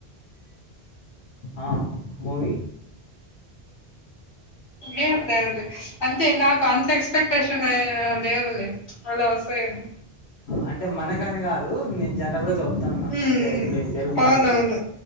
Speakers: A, on the left (about 85°); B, on the left (about 50°).
A: ఆ మూవీ
B: ఏంలేదు అంతే నాకు అంత ఎక్స్పెక్టేషను లేవులే అలా వస్తాయని
A: అంటె మనకని కాదు నేను జనరల్ గా చెప్ ప్తన్న
B: హ్మ్.
A: అంటే ఇపూడు జరుగుతాండేది
B: అవునవును.